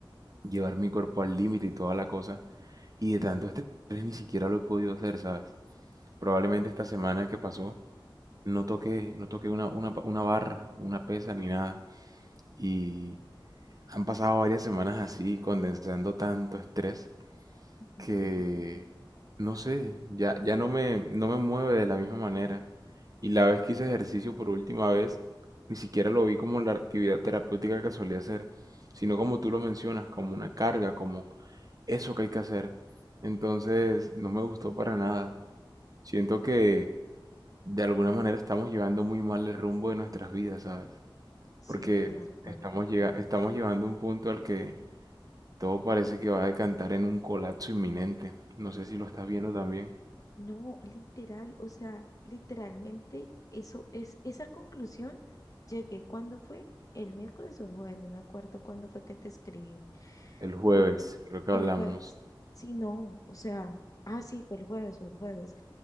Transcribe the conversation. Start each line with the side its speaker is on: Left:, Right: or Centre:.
Right: llevar mi cuerpo al límite y toda la cosa, y de tanto estrés ni siquiera lo he podido hacer, ¿sabes? Probablemente esta semana que pasó No toqué, no toqué una, una, pa- una barra, una pesa ni nada. Y han pasado varias semanas así, condensando tanto estrés que,
Left: Ujú.
Right: no sé, ya, ya no me, no me mueve de la misma manera. Y la vez que hice ejercicio por última vez, ni siquiera lo vi como la actividad terapéutica que solía hacer, sino como tú lo mencionas, como una carga, como eso que hay que hacer. Entonces, no me gustó para nada. Siento que de alguna manera estamos llevando muy mal el rumbo de nuestras vidas, ¿sabes?
Left: sí,
Right: Porque
Left: de acuerdo.
Right: estamos llega- estamos llevando un punto al que todo parece que va a decantar en un colapso inminente. No sé si lo estás viendo también.
Left: No, literal, o sea, literalmente eso es, esa conclusión llegué cuando fue el miércoles o el jueves, no me acuerdo cuándo fue que te escribí.
Right: El jueves,
Left: No,
Right: creo que
Left: el
Right: hablamos
Left: jueves, sí, no, o sea, ah, sí, fue el jueves o el jueves.